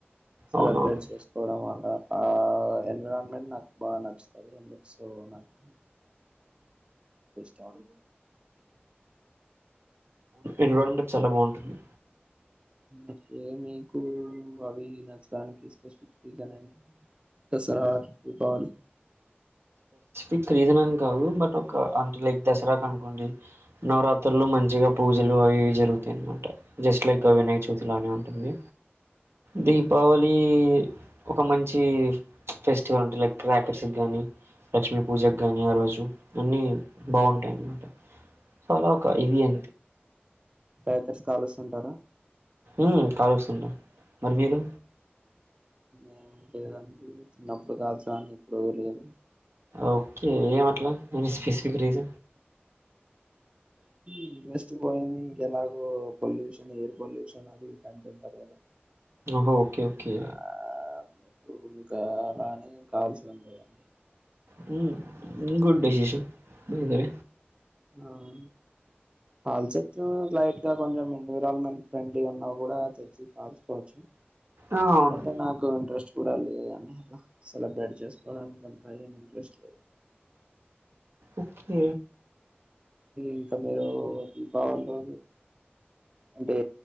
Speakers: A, on the right; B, on the right.
A: సెలబ్రేట్
B: అవునవును
A: చేసుకోవడం వల్ల ఆ ఎన్విరాన్మెంట్ నాకు బాగా నచ్చుతుది సో నాక్. చ
B: ఇన్వల్మెంట చాలా బాగుంటుంది
A: అంటే మీకు అవి నచ్చడానికి ఇస్త స్క్ంచ తసరార రిబాల
B: ఇక్ రీజన్ అన్ కాదు బట్ ఒక అంటే లైక్ దసరా క అనుకోండి. నవరాత్రులో మంచిగా పూజలు అవివి జరుగుతాయ అన్నమాట జస్ట్ లైక్. వనయ చతిలోనే ఉంటుంది దీపావళి మీ ఒక మంచి ఫెస్టివల్ ఉంటు క్రాకర్స్ గానీ లక్ష్మీ పూజక గం ఆ రోజు అన్ని బాగుంటాయి అన్నమాట సలోకా ఇది అ
A: ప్యాకెట్స్ కాలస్తుంటారా
B: మ్ కాలుస్తుంటాం మరి మీరు
A: ఏమి లేదండి చిన్నప్పుడు కాల్చఅన్ని ఇప్పుడు లేదు
B: ఓకే ఏమట్లా ఫిస్ విక్రీజ
A: ఇంట్రెస్ట్ పోయింది ఇంకెలాగో పొల్యూషన్ ఎయిర్ పొల్యూషన్ అది కంట ఉంటారు కదా
B: హో ఓకే ఓకే
A: ఆ ఇంకా అ రానే కావల్సిన లేదండి
B: <unintelligible> గుడ్ డిషిషు బతే
A: ఆవు హల్చ లాట్ ఇంకా కొంచెం ఎన్విరాన్మెంట్ ఫ్రెండ్లీ ఉన్నా కూడా తెచ్చి కాల్సుకోవచ్చు
B: ఆ! అవును
A: బట్ నాకు ఇంట్రెస్ట్ చూడాలిదంట అట్లా సెలబ్రేట్ చేసుకోవడానికి అంత ఏమి ఇంట్రెస్ట్ లేదు
B: ఉహ్
A: ఇంకా మీరు బవాల అంటే